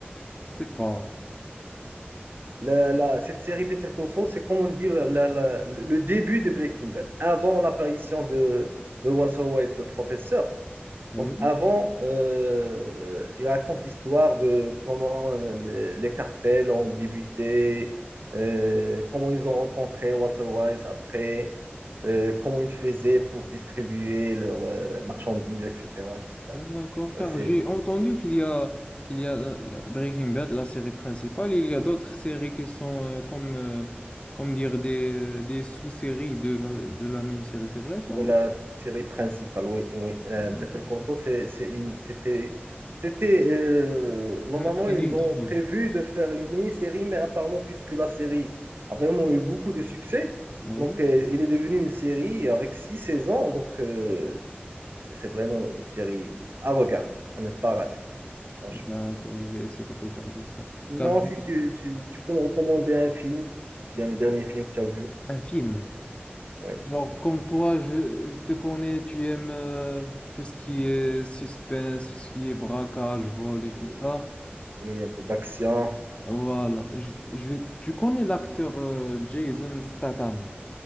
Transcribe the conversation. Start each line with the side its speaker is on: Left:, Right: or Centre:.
Left: c'est pas.
Right: La- la- cette série Better Call Saul, c'est comme on dit la- la- la- le début de Breaking Bad, avant l'apparition de, de Walter White, le professeur.
Left: Oui,
Right: Donc avant, euh, il raconte l'histoire de comment euh, les, les cartels ont débuté, euh, comment ils ont rencontré Walter White après, euh, comment ils faisaient pour distribuer leurs euh, marchandises, etc., etc.
Left: d'accord,
Right: Ouais,
Left: car
Right: c'est
Left: j'ai entendu qu'il y a, qu'il y a la- la Breaking Bad, la série principale, il y a d'autres séries qui sont euh, comme, euh, comme dire des, des sous-séries de la, de la même série, c'est vrai ça?
Right: de la série principale, oui, oui. Euh,
Left: ou-
Right: Better Call Saul, c'est, c'est une, c'était, c'était, euh, normalement,
Left: Mais la
Right: ils
Left: ligne
Right: ont
Left: 3.
Right: prévu de faire une mini-série, mais apparemment, puisque la série a vraiment eu beaucoup de succès,
Left: Oui,
Right: donc euh, il est devenu une série avec six saisons, donc euh, c'est vraiment une série à regarder, à ne pas rater, franchement.
Left: d'accord, je vais essayer de regarder ça.
Right: Non,
Left: Car je...
Right: si tu, tu, tu peux me recommander un film, bien le dernier film que tu as vu,
Left: un film.
Right: oui,
Left: Alors, comme toi, je, je te connais, tu aimes euh, tout ce qui est suspense, tout ce qui est braquage, vol et tout
Right: Et-
Left: ça.
Right: oui, un peu d'action,
Left: Voilà, je, je vais... Tu connais l'acteur euh, Jason Statham,